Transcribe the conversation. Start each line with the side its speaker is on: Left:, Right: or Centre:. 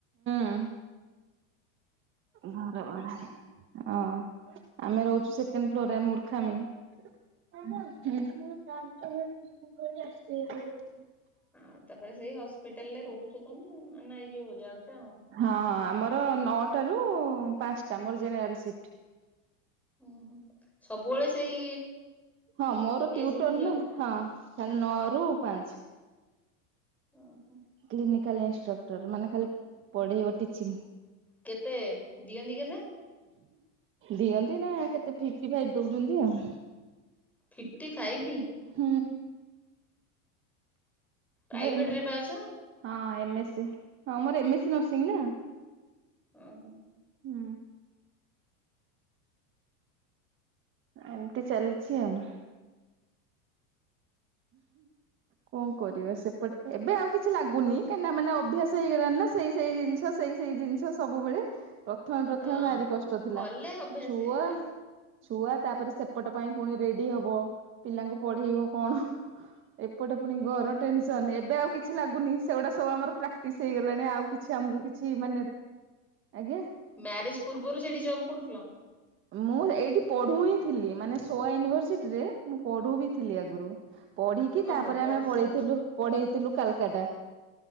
Right: ହଁ ଘର ଭଡା <unintelligible> ହଁ, ଆମେ ରହୁଛୁ ସେକେଣ୍ଡ ଫ୍ଲୋରରେ ମୁର୍ଖାମି। ତ ଆସି <unintelligible>
Centre: ଆଉ ତାପରେ ସେଇ ହସ୍ପିଟାଲ ରେ ରହୁଛୁ ତମେ ନାଇଁ ଏଇ ଯଉ ହଉ ଯାଉଛୁ ଆଉ।
Right: ହଁ, ଆମର ନଅଟା ରୁ ପାଞ୍ଚଟା ମୋର ଜେନେରାଲ ସିଫ୍ଟ।
Centre: ହଁ, ସବୁବେଳେ ସେଇ
Right: ହଁ ମୋର ଟ୍ୟୁଟର
Centre: ଏ ସିଫଟି
Right: ନା
Centre: ଯାଅ।
Right: ହଁ, ଖାଲି ନଅ ରୁ ପାଞ୍ଚ।
Centre: ଓହୋ।
Right: କ୍ଲିନିକାଲ ଇନଷ୍ଟ୍ରକ୍ଟର ମାନେ ଖାଲି ପଢେଇବ ଟିଚିଗ।
Centre: କେତେ ଦିଅନ୍ତି କେତେ?
Right: ଦିଅନ୍ତି ନା କେତେ ଫିପ୍ଟିଫାଇପ ଦଉଛନ୍ତି ଆଉ?
Centre: Fifty five?
Right: ହୁଁ।
Centre: ପ୍ରାଇଭେଟରେ
Right: ର
Centre: ପା ଅଛ।
Right: ହଁ ଏମ୍ ସି ହଁ ମୋର ଏମ ସି ନର୍ସିଂ ନା।
Centre: ଓହୋ।
Right: ହୁଁ। ଏମିତି ଚାଲିଛି ଆଉ। କଣ କରିବ ସେପଟେ ଏବେ ଆଉ କିଛି ଲାଗୁନି କାହିଁକିନା ମାନେ ଅଭ୍ୟାସ ହେଇଗଲାଣି ନା ସେଇ ସେଇ ଜିନିଷ ସେଇ ସେଇ ଜିନିଷ ସବୁବେଳେ। ପ୍ରଥମେ ପ୍ରଥମେ
Centre: ହଁ
Right: ଭାରି କଷ୍ଟ ଥିଲା
Centre: କଲେ ଅଭ୍ୟାସ
Right: ଛୁଆ
Centre: ହେଇଯିବ
Right: ଛୁଆ ତାପରେ ସେପଟ ପାଇଁ ପୁଣି ରେଡି ହବ ପିଲାଙ୍କୁ ପଢେଇବ କଣ? ଏପଟେ ପୁଣି ଘର ଟେନସନ ଏବେ ଆଉ କିଛି ଲାଗୁନି ସେଗୁଡା ସବୁ ଆମର ପ୍ରାକ୍ଟିସ ହେଇଗଲାଣି ଆଉ କିଛି ଆମକୁ ମ ଆଜ୍ଞା।
Centre: ମ୍ୟାରେଜ ପୂର୍ବରୁ ସେଇଠି ଜବ୍ କରୁଥିଲ?
Right: ମୁଁ ଏଇଠି ପଢୁ ହିଁ ଥିଲି ମାନେ ସୋଆ ୟୁନିଭରସିଟି ରେ ମୁଁ ପଢୁ ବି ଥିଲି ଆଗରୁ। ପଢିକି
Centre: ଓହୋ
Right: ତାପରେ
Centre: ପଢୁଥିଲ।
Right: ଆମେ ପଳେଇଥିଲୁ ପଢେଇଥିଲୁ କାଲକା ଟା।